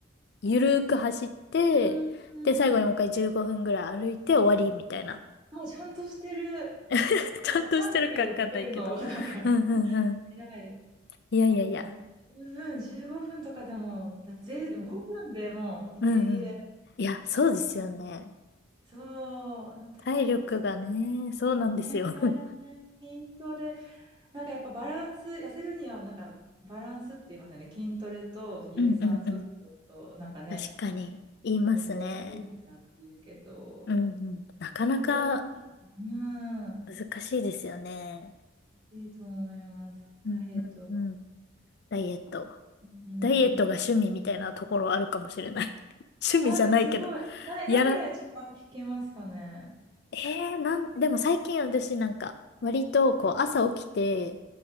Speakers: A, on the left; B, on the right.
A: ゆるーく走って、
B: う
A: で、最後にもう一回15分ぐらい歩いて終わりみたいな。
B: ん。あ、ちゃんとしてる。
A: <laughs>
B: こう緩急をつけるのがなんか
A: ちゃんとしてるかわかんないけど。うんうんうん。
B: 偉い。
A: いやいやいや。
B: あ十分、15分とかでも、だぜ、5分でもう息切れ
A: うんうん。いや、
B: しちゃうから。
A: そうですよね。
B: そう、でも体力つけ、
A: 体力がね、そうなんですよ。
B: ね
A: <laughs>
B: え、筋トレ、なんかやっぱバランス、痩せるにはなんかバランスって言いますよね。筋トレと有酸素運動と、
A: うんうんうん。
B: なんかね、
A: 確かに、言いますね。
B: 両方やるのかっていうけど、
A: うんうん。なかなか
B: 筋トレも、うん、
A: 難しいですよね。
B: いいと思います。
A: うんうんうん。
B: ダイエット。
A: ダイエット。
B: うん。
A: ダイエットが趣味みたいなところあるかもしれない。<laughs> 趣味じゃないけど。
B: あでもすごい。な、何が一番聞きますかね。
A: やら、えー、なん、でも最近私なんか、割とこう朝起きて、